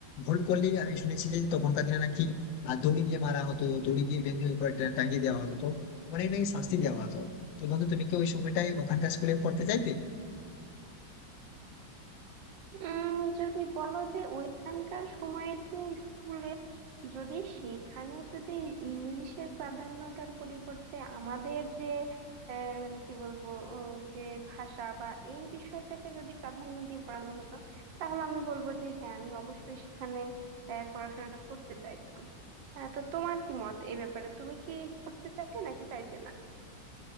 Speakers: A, on the left; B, on the right.
A: ভুল করলেই আমি শুনেছি যে তখনকার দিনে নাকি আহ, দড়ি দিয়ে মারা হতো দড়ি দিয়ে বেঁধে উপরে টা- টাঙিয়ে দেওয়া হতো তো অনেক নাকি শাস্তি দেওয়া হতো তো বন্ধু তুমি কি ওই সময়টাই ওখানকার স্কুলে পড়তে চাইতে
B: উম যদি বলো যে ওইখানকার সময়ের যে স্কুলের যদি সেইখানে যদি ইংলিশের প্রাধান্যটার পরিবর্তে আমাদের যে আহ, মানে কি বলবো ও যে ভাষা বা এই বিষয়টাকে যদি প্রাধান্য দিয়ে পড়ানো হতো তাহলে আমি বলবো যে হ্যাঁ আমি অবশ্যই সেখানে আহ, পড়াশোনাটা করতে চাইতাম আহ, তো তোমার কি মত এই ব্যাপারে তুমি কি করতে চাইতে নাকি চাইতে না